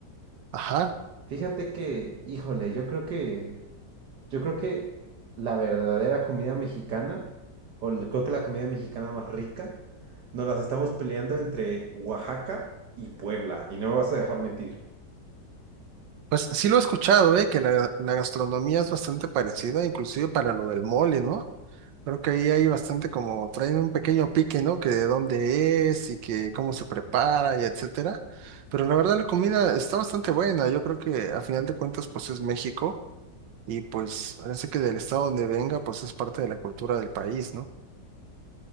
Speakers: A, on the right; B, on the right.
A: Ajá.
B: Fíjate que, híjole, yo creo que, yo creo que la verdadera comida mexicana, o el- creo que la comida mexicana más rica, nos las estamos peleando entre Oaxaca y Puebla, y no me vas a dejar mentir.
A: Pues sí lo he escuchado, ¿eh? Que la, la gastronomía es bastante parecida, inclusive para lo del mole, ¿no? Creo que ahí hay bastante como, traen un pequeño pique, ¿no? Que de dónde es y que cómo se prepara y etcétera. Pero la verdad la comida está bastante buena. Yo creo que a final de cuentas, pues es México. y pues parece que del estado donde venga, pues es parte de la cultura del país, ¿no?